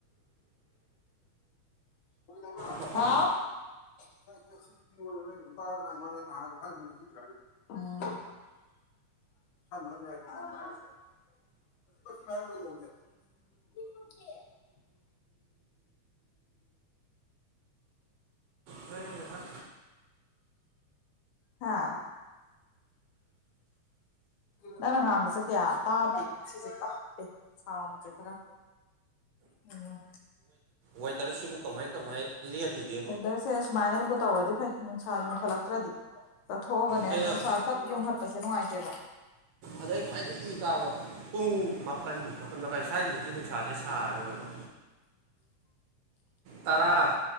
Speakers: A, on the left; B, on the right.
A: ꯍꯥꯥꯎ
B: ꯃꯐꯝ
A: ꯁꯤ ꯅꯨ ꯁ ꯃ <inaudible>
B: ꯍꯣꯏ ꯍꯣꯏ ꯍꯣꯏ
A: ꯍꯥꯥ ꯅꯪ ꯉꯥꯡꯕꯁꯦ ꯀꯌꯥ ꯇꯥꯗꯦꯕꯅꯣ ꯁꯤꯁꯦ ꯇꯞꯄꯦ ꯁꯥꯎꯟꯁꯦ ꯈꯔ ꯎꯝ
B: ꯋꯦꯗꯔꯁꯤꯕꯨ ꯀꯃꯥꯏ ꯀꯃꯥꯏ ꯂꯦꯜꯂꯤꯒꯦꯕ
A: ꯋꯦꯗꯔꯁꯦ ꯁꯨꯃꯥꯏꯅꯕꯨ ꯇꯧꯔꯗꯤ ꯐꯩ ꯅꯨꯡꯁꯥ ꯌꯣꯟꯈꯠꯂꯛꯇ꯭ꯔꯗꯤ ꯆꯠꯊꯣꯛꯑꯒꯅꯦ
B: ꯑꯩꯅ
A: ꯅꯨꯡꯁꯥ ꯄꯨꯞ ꯌ ꯄꯥꯁꯦ ꯅꯨꯡꯉꯥꯏꯇꯦꯕ
B: ꯑꯗꯩ ꯈ꯭ꯋꯥꯏꯗꯒꯤ ꯏ ꯀꯥꯕ ꯄꯨꯡ ꯃꯥꯄꯜ ꯃꯥꯄꯜ ꯃꯈꯥꯏ ꯁ꯭ꯋꯥꯏꯁꯤꯐꯧꯗꯤ ꯅꯨꯡꯁꯥꯁꯦ ꯁꯥꯔꯔꯣꯏꯕ ꯇꯔꯥ